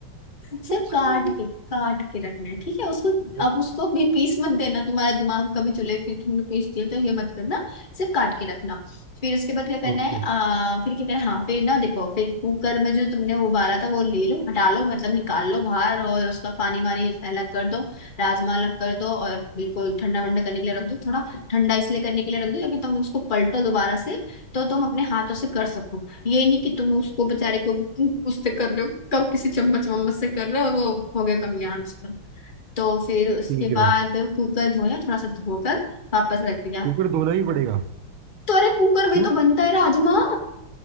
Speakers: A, on the left (about 25°); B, on the right (about 75°).
A: सिर्फ
B: <laughs>
A: काट के काट के रखना है ठीक है उसको
B: ओ-
A: अब उसको भी पीस मत देना तुम्हारा दिमाग कभी चले कि तुमने पीस दिया तो ये मत करना सिर्फ काट के रखना फिर उसके बाद क्या करना
B: ओके
A: है आ, फिर क्या करना है हाँ फिर ना देखो फिर कुकर में जो तुमने उबाला था वो ले लो हटा लो मतलब निकाल लो बाहर और उसका पानी वानी अलग कर दो राजमा अलग कर दो और बिल्कुल ठंडा वंडा करने के लिए रख दो थोड़ा ठंडा इसलिए करने के लिए रख दो क्योंकि तुम उसको पलटो दोबारा से तो तुम अपने हाथों से कर सको ये नहीं कि तुम उसको बेचारे को उससे कर रहे हो कब किसी चम्मच वम्मच से कर रहे हो और वो हो गया कमियान उस पर तो फिर उसके
B: ठीक है
A: बाद कुकर धोया थोड़ा सा धोकर वापस रख दिया
B: कुकर धोना ही पड़ेगा
A: तो अरे कुकर में
B: क्यों
A: तो बनता है राजमा